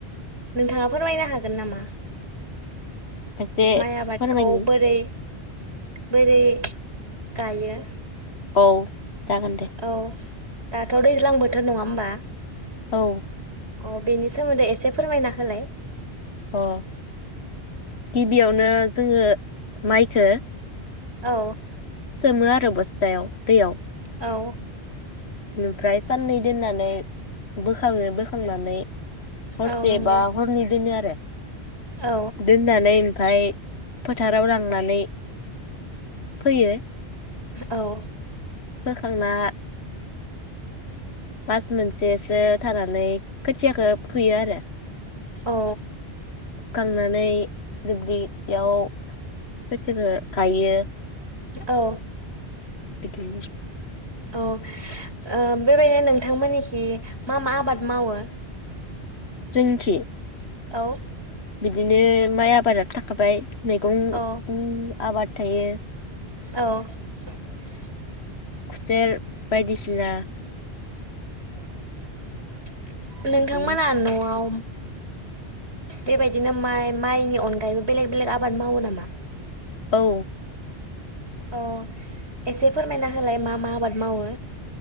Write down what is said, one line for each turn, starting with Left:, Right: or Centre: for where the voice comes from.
Right: नोंथाङा फोरमायनो हागोन नामा?
Left: एसे
Right: माइ आबादखौ
Left: फोरमायनि
Right: बोरै बोरै गायो?
Left: औ। जागोन दे
Right: औ। दाथ' दैज्लां बोथोर नङा होमबा
Left: औ
Right: अ बेनि सोमोन्दै एसे फोरमायना होलाय।
Left: अ गिबियावनो जोङो माइखो
Right: औ
Left: सोमो आरो बस्थायाव दैयाव
Right: औ
Left: ओमफ्राय साननै दोननानै बोखाङो बोखांनानै हरसे
Right: औ नंगौ
Left: बा हरनै दोनो आरो
Right: औ
Left: दोन्नानै ओमफाय फोथाराव लांनानै फोयो
Right: औ
Left: फोखांना मास मोनसेसो थानानै खोथियाखौ फुयो आरो
Right: औ
Left: फुखांनानै दुब्लियाव फोथोरो गायो
Right: औ
Left: लांदां
Right: औ ओ बेबायदिनो नोंथांमोननिखि मा मा आबाद मावो
Left: जोंनिथि
Right: औ
Left: बिदिनो माइ आबादा थाखाबाय मैगं
Right: औ
Left: उ आबाद थायो
Right: औ
Left: खुसेेर बायदिसिना
Right: लांदां नोंथांमोना
Left: बिदिनो
Right: नआव बेबायदिनो माइ माइनि अनगायैबो बेलेग बेलेग आबाद मावो नामा
Left: औ
Right: औ एसे फोरमायना होलाय मा मा आबाद मावो